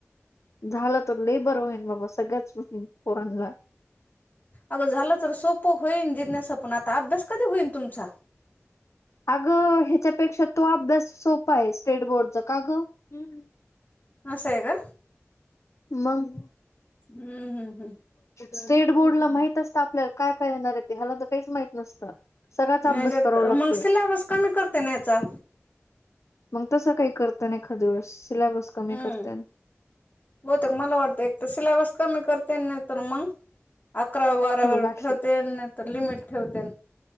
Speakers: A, on the left; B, on the left.
A: झालं तर लई बरं होईन बाबा सगळ्याच पोरांनला.
B: अगं झालं तर सोपं होईन जिरण्याचा पण आता अभ्यास कधी होईल तुमचा?
A: अगं ह्याच्यापेक्षा तो अभ्यास सोपा आहे स्टेट बोर्डचा का गं--हूं
B: असं आहे का.
A: मंग
B: हूं हूं
A: स्टेट बोर्ड ला माहित असतं आपल्याला काय-काय येणार आहे ते, ह्याला तर काहीच माहित नसतं. सगळाच
B: मग
A: अभ्यास
B: याच्यात
A: करावा लागतोय
B: मंग सिल्याबस कमी करते ना याचा
A: मग तसं काही करतं ना एखादंवेळेस सिल्याबस
B: हम्म
A: कमी करत्यानं.
B: बहुतेक मला वाटतंय एक तर सिल्याबस कमी करत्यानं, नाही तर मग अकरावी -बारावी
A: बघ
B: बरोबर
A: अशी
B: ठेवतेन नाही तर लिमिट ठेवतेन.